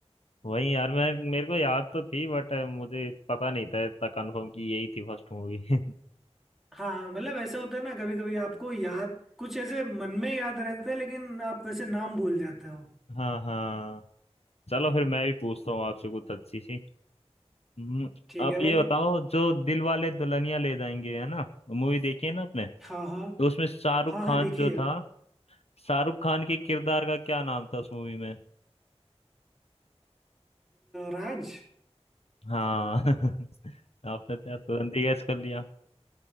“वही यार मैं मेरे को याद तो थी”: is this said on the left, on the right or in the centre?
Left